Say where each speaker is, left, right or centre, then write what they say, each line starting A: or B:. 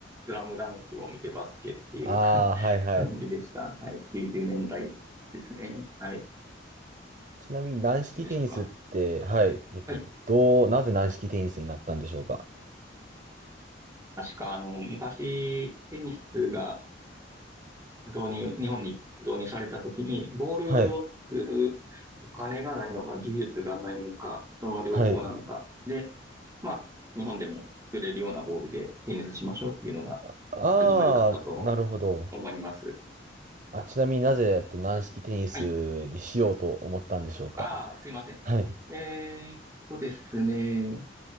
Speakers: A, on the right (about 15°); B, on the right (about 40°).
A: スラムダンクを見てバスケっていう
B: <laughs> ああ、
A: <laughs>
B: はいはい。
A: 感じでした。はい。90年代ですね。はい。
B: ちなみに軟式テニスって、
A: ですか。
B: はい、えっと、
A: はい。
B: どう、なぜ軟式テニスになったんでしょうか。
A: 確か、あの、昔、テニスが導入、日本に導入された時に、ボールを作るお金がないのか、
B: はい、
A: 技術がないのか、その両方なのか。
B: はい。
A: で、まあ、日本でも作れるようなボールでテニスしましょうっていうのが
B: ああー、
A: 始まりだったと
B: なるほど。
A: 思います。
B: あ、ちなみになぜ、えっと、軟式テニスにしようと思ったんでしょうか。
A: はいああ、すいません。
B: はい。
A: えーっとですね。